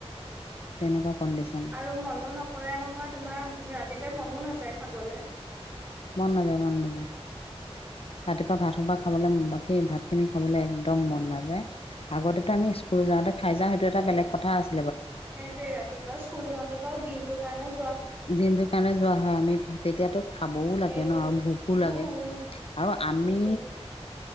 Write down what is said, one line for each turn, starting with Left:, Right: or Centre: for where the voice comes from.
Left: তেনেকুৱা কণ্ডিচন
Right: আৰু মনো নকৰে নহয় তোমাৰ ৰাতিপুৱাই মনো না যাই খাবলৈ
Left: মন নাযায় মন না। ৰাতিপুৱা ভাত সোবা খাবলৈ বাকী ভাত খিনি খাবলৈ একদম মন নাযায় আগতে আমি স্কুল যাওঁতে খাই যওঁ সেইটো এটা বলেগ কথা কথা
Right: সেইটোৱে ৰাতিপুৱা স্কুল যাওঁতে বাও দিনটো <unintelligible>
Left: দিনটোৰ কাৰণে যোৱা হয় আমি তেতিয়াতো খাবও লাগে
Right: সেইটোৱে
Left: ন ভোকো লাগে
Right: উম উম
Left: আৰু আমি
Right: সেইটোৱে